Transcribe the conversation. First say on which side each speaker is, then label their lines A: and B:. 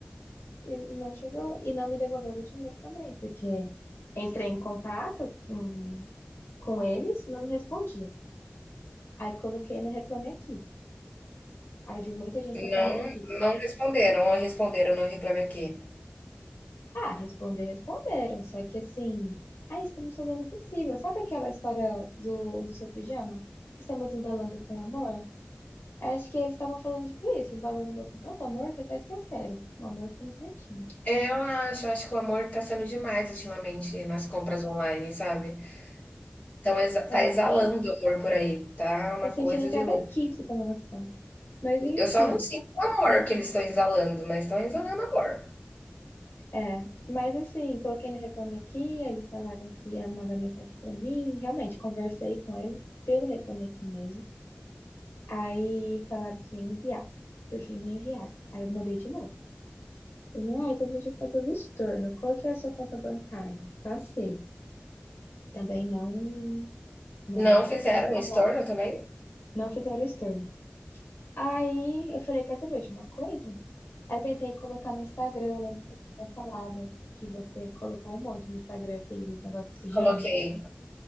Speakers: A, on the left (about 85°); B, on the left (about 40°).
A: E não chegou. E não me devolveram o dinheiro também, porque entrei em contato com, com eles, não me respondiam. Aí coloquei no Reclame Aqui. Aí vi muita gente
B: Não,
A: reclamando disso.
B: não responderam. Ou responderam no Reclame Aqui.
A: Ah, responder, responderam. Só que assim, ah, estamos fazendo o possível. Sabe aquela história do, do seu pijama? Que estamos embalando com amor? Acho que eles estavam falando tipo isso, embalando o meu com tanto amor que até esqueceram. O amor ficou no cantinho.
B: Eu acho, acho que o amor tá sendo demais ultimamente nas compras online, sabe? Então exa- tá
A: É,
B: exalando amor por aí, tá uma
A: tô sentindo
B: coisa
A: até
B: de louco.
A: daqui, pra você ter uma noção. Mas enfim.
B: Eu só não sinto o amor
A: hum,
B: que eles estão exalando, mas estão exalando amor.
A: É, mas assim, coloquei no Reclame Aqui, eles falaram que ia mandar mensagem pra mim. Realmente, conversei com eles pelo Reclame Aqui mesmo. Aí falaram que ia enviar. Por fim, não enviaram. Aí eu mandei de novo. Eu falei, Ah, então a gente vai fazer o estorno. Qual que é a sua conta bancária? Passei. Também não, não
B: Não fizeram
A: pagaram.
B: um estorno também?
A: Não fizeram estorno. Aí eu falei, quer saber de uma coisa? Aí tentei colocar no Instagram. Eu lembro que você tinha falado que você colocou um monte no Instagram, aquele negócio do pijama.
B: Coloquei,